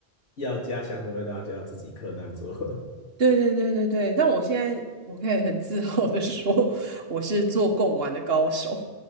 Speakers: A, on the left; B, on the right.
A: 要家乡的味道就要自己克难做。<laughs>
B: 对对对对对，但我现在我可以很自豪的说，<laughs> 我是做贡丸的高手。